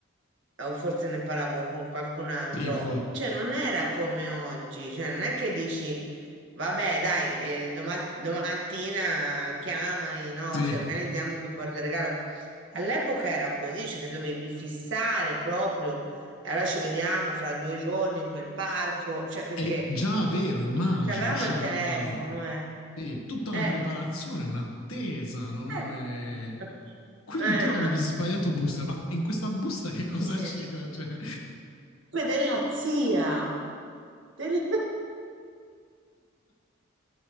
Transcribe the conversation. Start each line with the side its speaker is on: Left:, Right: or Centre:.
Right: o forse ne parlavo con qualcun altro,
Left: Sì, for-
Right: cioè non era come oggi, cioè non è che dici, vabbè, dai, eh, doma- domattina chiamami, no,
Left: sì.
Right: ci organizziamo, ti porto il regalo. All'epoca era così, cioè che dovevi fissare proprio, e allora ci vediamo fra due giorni in quel parco, cioè perché
Left: È già vero, immagino,
Right: non c'avevamo
Left: c'era
Right: il telefono, eh.
Left: sì, tutta
Right: Eh,
Left: una preparazione, un'attesa, no?
Right: eh.
Left: E-
Right: <laughs>
Left: Quindi
Right: Eh,
Left: tu avevi
Right: no?
Left: sbagliato busta, ma in questa busta che cosa
Right: Nel senso,
Left: c'era? Cioè...
Right: poi della zia. del- <laughs>